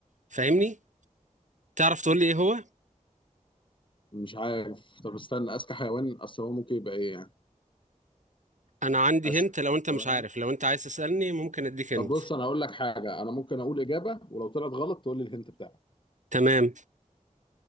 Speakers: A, on the right; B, on the left.
A: فاهمني تعرف تقول لي ايه هو
B: مش عارف طب استنى اذكى حيوان اصل هو ممكن يبقى ايه يعني
A: انا عندي
B: اذكى
A: هنت لو انت مش
B: حيوان
A: عارف لو انت عايز تسالني ممكن اديك هنت
B: طب بص انا هقول لك حاجه انا ممكن اقول اجابه ولو طلعت غلط تقول لي الهنت بتاعك
A: تمام